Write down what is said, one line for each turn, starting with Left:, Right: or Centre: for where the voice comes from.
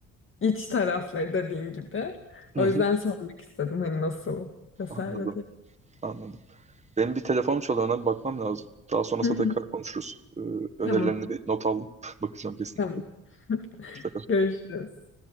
Left: iç tarafları dediğin gibi.
Right: Hı
Left: O yüzden
Right: hı.
Left: sormak istedim hani nasıl vesaire
Right: Anladım, anladım. Benim bir telefonum çalıyor, ona bir bakmam lazım. Daha sonrasında
Left: <laughs>
Right: tekrar konuşuruz. Ee, önerilerini
Left: Tamam,
Right: bir not aldım. <laughs> Bakacağım kesinlikle.
Left: tamam. <laughs>
Right: Hoşça kal.
Left: Görüşürüz.